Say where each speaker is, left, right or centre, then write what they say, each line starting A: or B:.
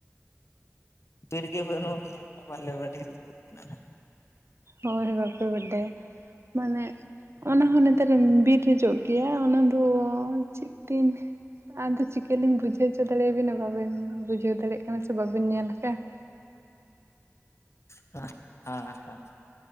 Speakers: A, on the left (about 60°); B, on the right (about 55°).
A: ᱵᱤᱨᱜᱮ ᱵᱟᱹᱱᱩ <unintelligible> ᱵᱟᱞᱮ ᱵᱟᱰᱟᱭ ᱠᱟᱱᱟ
B: ᱦᱚᱭ ᱵᱟᱯᱮ ᱵᱟᱰᱟᱭᱟ ᱢᱟᱱᱮ ᱚᱱᱟ ᱦᱚᱸ ᱱᱮᱛᱟᱨ ᱵᱤᱨ ᱨᱮ ᱡᱚᱜ ᱜᱮᱭᱟ ᱚᱱᱟᱫᱚ ᱪᱮᱫ ᱛᱤᱱ ᱟᱫᱚ ᱪᱤᱠᱟᱹᱞᱤᱧ ᱵᱩᱡᱷᱟᱹᱣ ᱦᱚᱪᱚ ᱫᱟᱲᱮᱭᱟᱵᱟ ᱵᱟᱵᱮᱱ ᱵᱩᱡᱷᱟᱹᱣ ᱫᱟᱲᱮᱭᱟᱜ ᱠᱟᱱᱟ ᱥᱮ ᱵᱟᱵᱮᱱ ᱧᱮᱞ ᱟᱠᱟᱫᱼᱟ᱾
A: ᱦᱮᱸ ᱦᱮᱸ